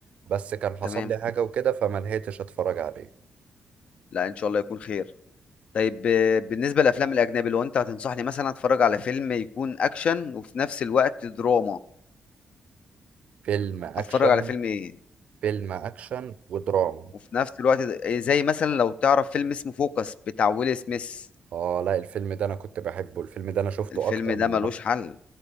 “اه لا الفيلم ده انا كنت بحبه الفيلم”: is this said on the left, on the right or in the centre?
Right